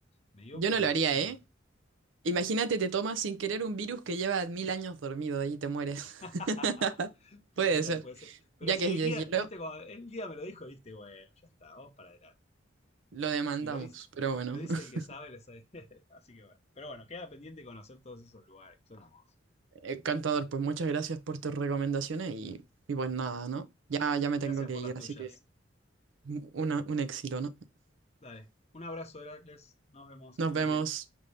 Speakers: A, on the left; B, on the right.
A: me dio
B: Yo
A: como.
B: no lo haría,
A: ya
B: ¿eh?
A: me-
B: Imagínate, te tomas sin querer un virus que lleva mil años dormido y te mueres.
A: <laughs>
B: <laughs>
A: Puede
B: Puede
A: ser,
B: ser.
A: puede ser. Pero
B: Ya
A: si
B: que es
A: el
B: deshielo,
A: guía, viste, cuando el guía me lo dijo, viste, bueno, ya está, vamos para adelante.
B: lo demandamos.
A: Si lo dice,
B: Pero bueno,
A: si lo dice
B: <laughs>
A: el que sabe, lo sabe. <laughs> Así que bueno. Pero bueno, queda pendiente conocer todos esos lugares, que son hermosos.
B: Eh, cantador, pues muchas gracias por tus recomendaciones y, y pues nada, ¿no? Ya, ya me tengo
A: Gracias
B: que
A: por
B: ir,
A: las tuyas.
B: así que un, un éxito, ¿no?
A: Dale. Un abrazo, Heracles. Nos vemos, que
B: Nos
A: andes
B: vemos.
A: bien.